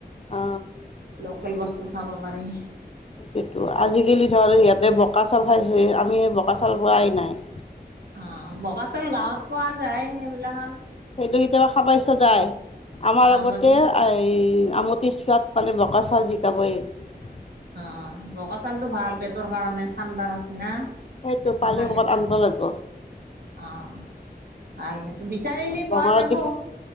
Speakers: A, on the left; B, on the right.
A: অ
B: <unintelligible> বস্তু খাব পাৰি।
A: সেইটো আজিকালি ধৰ ইয়াতে বোকা চাল খাইছে আমি বোকা চাল। পোৱাই নাই।
B: অ, বকাচাউল গাঁৱত পোৱা যায় সেইবিলাখান
A: সেইটো কেতিয়াবা খাবৰ ইচ্ছা যায় আমাৰ
B: অ',
A: লগতে
B: বজাৰ
A: এ! আমতি চোৱাত মানে বকা চাউল জিকাবয়ে।
B: অ বকা চাউলটো ভাল পেটৰ কাৰণে ঠাণ্ডা। না
A: সেইটো
B: এইটো
A: পালি
B: ভাল
A: ক'ৰবাত
B: <unintelligible>
A: আনিব লাগিব
B: অ <unintelligible>
A: বঙৰত
B: পোৱা যাব
A: দেখি